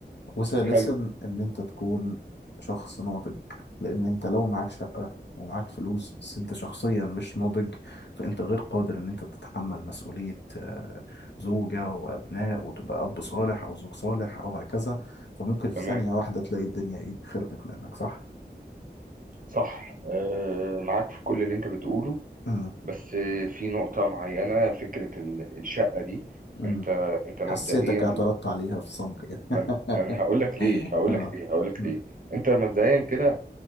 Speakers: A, on the left; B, on the right.
A: وثالثا
B: حلو
A: ان انت تكون شخص ناضج لان انت لو معاك شقة ومعاك فلوس بس انت شخصيا مش ناضج فانت غير قادر ان انت تتحمل مسؤولية آه، زوجة وابناء وتبقى اب صالح او زوج صالح او هكذا فممكن في
B: تمام
A: ثانية واحدة تلاقي الدنيا ايه خربت منك صح؟
B: صح آه معاك في كل اللي انت بتقوله
A: امم
B: بس آه، في نقطة معينة فكرة ال- الشقة دي
A: امم
B: انت انت مبدئيا
A: حسيتك اعترضت عليها في صمت كده <laughs>
B: من من هقول لك ليه هقول
A: اه
B: لك ليه هقول لك
A: امم.
B: ليه انت مبدئيا كده